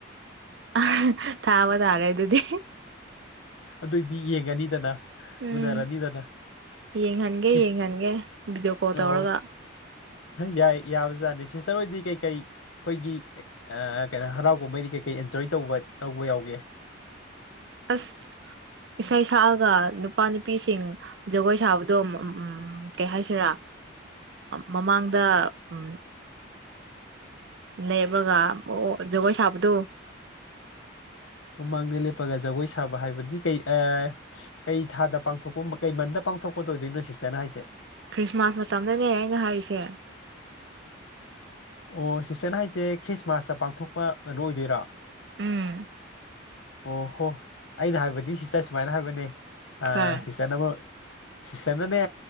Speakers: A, on the right; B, on the left.
A: ꯑ ꯊꯥꯕ ꯇꯥꯔꯦ ꯑꯗꯨꯗꯤ
B: ꯑꯗꯨꯏꯗꯤ ꯌꯦꯡꯉꯅꯤꯗꯅ
A: ꯎꯝ
B: ꯎꯅꯔꯅꯤꯗꯅ
A: ꯌꯦꯡꯍꯟꯒꯦ
B: ꯁꯤꯁ
A: ꯌꯦꯡꯍꯟꯒꯦ ꯚꯤꯗꯤꯑꯣ ꯀꯣꯜ
B: ꯑꯣ
A: ꯇꯧꯔꯒ
B: ꯌꯥꯏ ꯌꯥꯕꯖꯥꯗꯦ ꯁꯤꯁꯇꯔ ꯑꯣꯏꯗꯤ ꯀꯩꯀꯩ ꯑꯩꯈꯣꯏꯒꯤ ꯀꯩꯅꯣ ꯍꯔꯥꯎꯒꯨꯝꯕꯩꯗꯤ ꯀꯩ ꯀꯩ ꯑꯦꯟꯖꯣꯏ ꯇꯧꯕ ꯇꯧꯕ ꯌꯥꯎꯒꯦ
A: ꯑꯁ ꯏꯁꯩ ꯁꯛꯑꯒ ꯅꯨꯄꯥ ꯅꯨꯄꯤꯁꯤꯡ ꯖꯒꯣꯏ ꯁꯥꯕꯗꯣ ꯀꯩ ꯍꯥꯏꯁꯤꯔꯥ ꯃꯃꯥꯡꯗ ꯎ ꯂꯩꯕꯒ ꯑꯣ ꯖꯒꯣꯏ ꯁꯥꯕꯗꯨꯣ
B: ꯃꯃꯥꯡꯗ ꯂꯦꯞꯄꯒ ꯖꯒꯣꯏ ꯁꯥꯕ ꯍꯥꯏꯕꯗꯤ ꯀꯩ ꯀꯩ ꯊꯥꯗ ꯄꯥꯡꯊꯣꯛꯄ ꯀꯩ ꯃꯟꯗ ꯄꯥꯡꯊꯣꯛꯄꯗ ꯑꯣꯏꯗꯣꯏꯅꯣ ꯁꯤꯁꯇꯔꯅ ꯍꯥꯏꯁꯦ
A: ꯈ꯭ꯔꯤꯁꯃꯥꯁ ꯃꯇꯝꯗꯅꯦ ꯑꯩꯅ ꯍꯥꯏꯔꯤꯁꯦ
B: ꯑꯣ ꯁꯤꯁꯇꯟ ꯍꯥꯏꯁꯦ ꯈ꯭ꯔꯤꯁꯃꯥꯁꯇ ꯄꯥꯡꯊꯣꯛꯄ ꯀꯩꯅꯣ ꯑꯣꯏꯗꯣꯏꯔꯥ
A: ꯎꯝ
B: ꯑꯣ ꯍꯣ ꯑꯩꯅ ꯍꯥꯏꯕꯗꯤ ꯁꯤꯁꯇꯔ ꯁꯨꯃꯥꯏꯅ ꯍꯥꯏꯕꯅꯦ ꯑ
A: ꯍꯣꯏ
B: ꯁꯤꯁꯇꯔꯅ ꯁꯤꯁꯇꯔꯅꯅꯦ